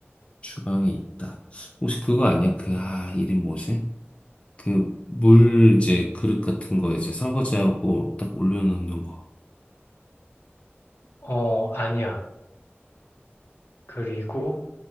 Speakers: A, on the left; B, on the left.
A: 주방에 있다. 혹시 그거 아니야? 그, 아, 이름 뭐지? 그, 물, 이제, 그릇 같은 거 이제 설거지하고 딱 올려놓는 거.
B: 어, 아니야. 그리고,